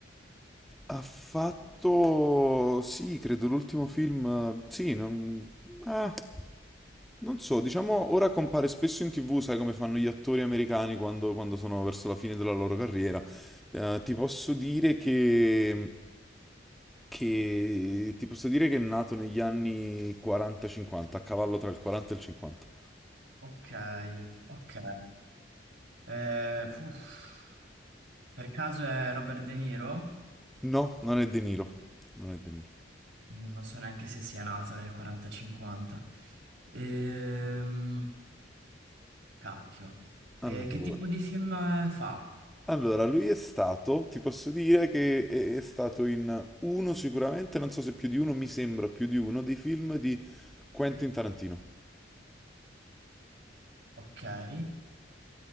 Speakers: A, in the centre; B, on the right (about 80°).
A: Ha fatto, sì, credo l'ultimo film, eh, sì, non... ah, non so, diciamo, ora compare spesso in tv, sai come fanno gli attori americani quando, quando sono verso la fine della loro carriera. Eh, ti posso dire che... che... ti posso dire che è nato negli anni 40-50, a cavallo tra il 40 e il 50.
B: Ok, ok. Eh, uff. Per caso è Robert De Niro?
A: No, non è De Niro. Non è De Niro.
B: Mm, Non so neanche se sia nato nel 40-50. Ehm, cacchio.
A: Allora.
B: Eh, che tipo di film eh, fa?
A: Allora, lui è stato, ti posso dire che è è stato in uno sicuramente, non so se più di uno, mi sembra più di uno, dei film di Quentin Tarantino.
B: Ok. Eh,